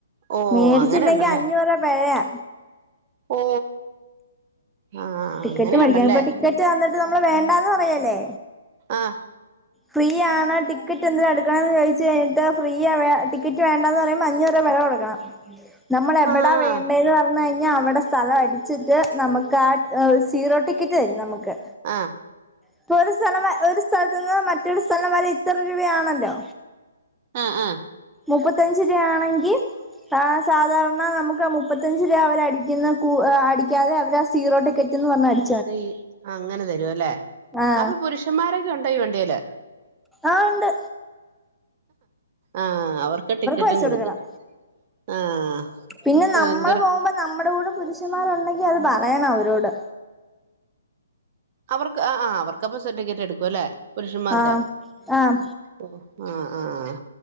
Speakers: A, on the right; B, in the centre.
A: ഓ
B: മേടിച്ചില്ലെങ്കി
A: അങ്ങനെ ഉണ്ടല്ലേ
B: അഞ്ഞൂറുവ പെഴയാ
A: ഓ ആഹ്
B: ടിക്കറ്റ്
A: അങ്ങനെയുണ്ടല്ലേ
B: മേടിക്കണം ഇപ്പൊ ടിക്കറ്റ് തന്നിട്ട് നമ്മള് വേണ്ടാന്ന് പറയല്ലേ
A: ആഹ്
B: ഫ്രീ ആണ് ടിക്കറ്റെന്തിനാ എടുക്കണേന്ന് ചോയ്ച്ച് കഴിഞ്ഞിട്ട് ഫ്രീയ വേ ടിക്കറ്റ് വേണ്ടാന്ന് പറയുമ്പോ അഞ്ഞൂറുവ പെഴ കൊടുക്കണം നമ്മളെവിടാ
A: ആഹ്
B: വേണ്ടേന്ന് പറഞ്ഞഴിഞ്ഞാ അവിടെ സ്ഥലം അടിച്ചിട്ട് നമുക്കാ സീറോ ടിക്കറ്റ് തരും നമ്മക്ക്
A: ആഹ്
B: ഇപ്പൊ ഒരു സ്ഥലം ഒരു സ്ഥലത്തു നിന്ന് മറ്റൊരു സ്ഥലം വരെ ഇത്ര രൂപയാണല്ലോ?
A: ആഹ് ആഹ്
B: മുപ്പത്തഞ്ച് രൂയാണെങ്കിൽ ആ സാധാരണ നമുക്ക് മുപ്പത്തഞ്ച് രൂപ അവര് അടിക്കുന്ന കു അടിക്കാതെ അവര് സീറോ ടിക്കറ്റ് എന്ന് പറഞാടി
A: ഇ അങ്ങനെ തരുവല്ലെ
B: ആ
A: അപ്പോ പുരുഷന്മാരൊക്കെ ഉണ്ടോ ഈ വണ്ടിയില്
B: ആഹ്‌ ഉണ്ട്
A: ആഹ്‌ അവർക്ക് ടിക്കറ്റും
B: പൈസ
A: കൊടുക്കും
B: കൊടുക്കണം
A: ആഹ്
B: പിന്നെ നമ്മളെ
A: ഓ എന്തൊരു
B: പോകുമ്പോ നമ്മുടെ കൂടെ പുരുഷന്മാരുണ്ടെങ്കി അത് പറയണം അവരോട്
A: അവർക്ക് ആ ആ അവർക്കപ്പ സർട്ടിക്കറ്റ് എടുക്കുംല്ലേ പുരുഷന്മാർക്ക്
B: ആഹ് ആഹ്
A: ആഹ് ആഹ്‌ ആഹ്‌